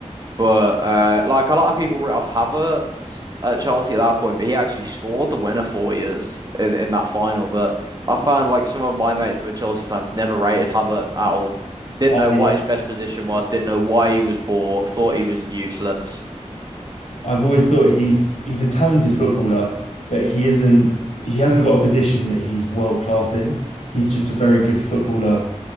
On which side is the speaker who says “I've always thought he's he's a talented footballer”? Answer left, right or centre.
Left